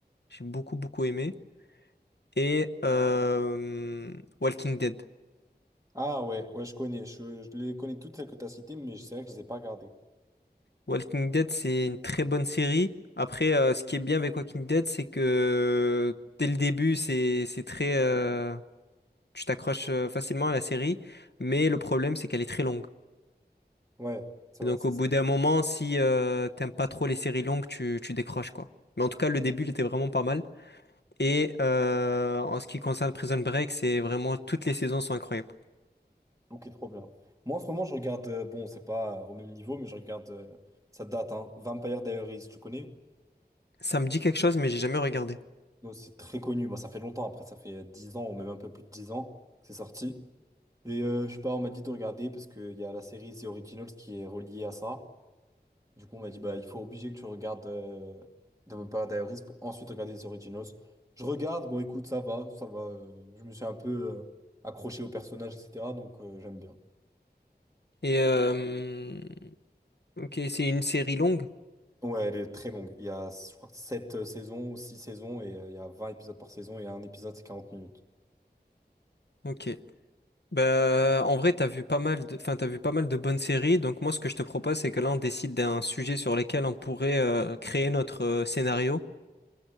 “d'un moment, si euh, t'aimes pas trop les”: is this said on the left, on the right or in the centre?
Left